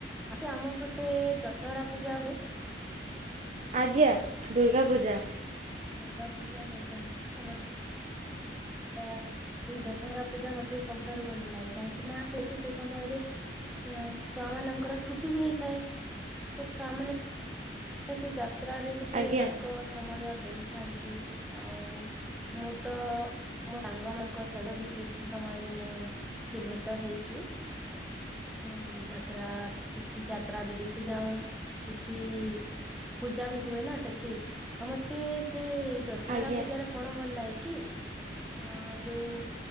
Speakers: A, in the centre; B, on the right.
A: ଆଟେ ଆମ ପଟେ ଦଶହରା ପୂଜା ହୁଏ
B: ଆଜ୍ଞା ଦୁର୍ଗା ପୂଜା
A: ହଁ ଦୁର୍ଗା ପୂଜା ଯୋଉ କଛି ଆମର ତ ସେଇ ଦଶହରା ପୂଜା ମତେ ସବୁଠାରୁ ଭଲ ଲାଗେ କାହିଁକି ନା ସେଇଠି ସେ ସମୟରେ ଛୁଆ ମାନଙ୍କର ଛୁଟି ବି ହେଇଥାଏ ତ ଛୁଆ ମାନେ ସେ ଯାତ୍ରାରେ ଟିକେ
B: ଆଜ୍ଞା
A: ତାଙ୍କ ସମୟ ଦେଇଥାନ୍ତି ଆଉ ମୁଁ ତ ମୋ ସାଙ୍ଗ ମାନଙ୍କ ସହିତ ବି କିଛି ସମୟରେ ମୁଁ ଟିକେ ଭେଟ ହେଇକି ହଁ ଯାତ୍ରା କିଛି ଯାତ୍ରା ବି ଦେଖି ଯାଉ କିଛି ପୂଜା ବି ହୁଏ ନା ସେଠି ଆଉ ମତେ ସେ ଦଶହରା
B: ଆଜ୍ଞା
A: ପୂଜାର କଣ ଭଲ ଲାଗେ କି ହ ଯୋଉ